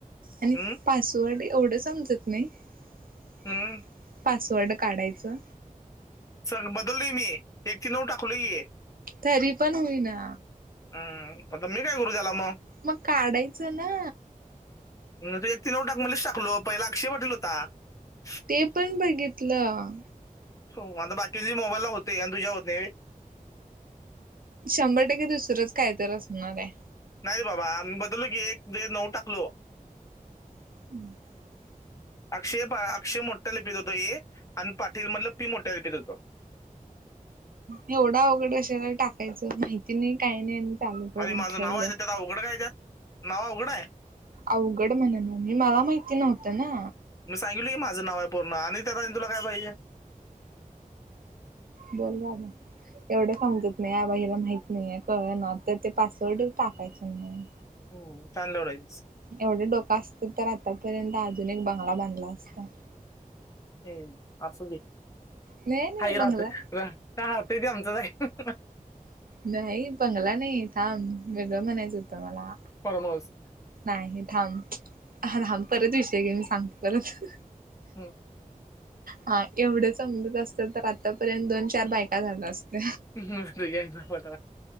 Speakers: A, on the left (about 20°); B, on the right (about 80°).
A: हम्म
B: आणि पासवर्ड एवढं समजत नाही <unintelligible>
A: हम्म
B: पासवर्ड काढायचं.
A: सग बदलल मी एक ते नऊ टाकल <unintelligible>
B: तरी पण होईना
A: हम् आता मी काय करु त्याला मग
B: मग काढायचं ना.
A: तू एक तीनऊन टाक म्हच टाकलो पहिला अक्षय वाटील होता <unintelligible>
B: ते पण बघितलं.
A: हो आता बाकी मोबाईलला होते. आणि तुझ्या होते
B: शंभर टक्के दुसरंच काय तर असणार आहे.
A: नाही रे बाबा बदलो की एक ते नऊ टाकलो
B: <inaudible>
A: अक्षय अक्षय मोठ्या लिपीत होतो ए आणि पाटील मधलं पी मोठ्या लिपीत होतो.
B: एवढा अवघड कशाला टाकायचं माहिती नाही काही नाही. चालू करून
A: अरे माझं
B: ठेवलं.
A: नाव आहे त्यात अवघडं काय त्यात नाव अवघडे.
B: अवघड म्हण ना मी मला माहिती नव्हतं ना.
A: मी सांगितल की माझं नाव आहे पूर्ण आणि त्या तुला काय पाहिजे.
B: बोल बाबा एवढं समजत नाही नाही कळ ना तर ते पासवर्डच टाकायचं नाही.
A: हम चॅलोडईनस
B: एवढं डोकं असत तर आतापर्यंत अजून एक बंगला बांधला असता.
A: हम् असू दे
B: नाही नाही
A: खाई
B: बंगला
A: राहत राहतय त आमचच आहे.
B: नाही बंगला नाही थांब वेगळं म्हणायचं होतं मला.
A: फॉर्म हाऊस
B: नाही थांब थांब परत विषय घे मी सांगतो परत.
A: ह
B: हा एवढं समजत असत तर आतापर्यंत दोन चार बायका झाल्या असत.
A: म तु्यांच पत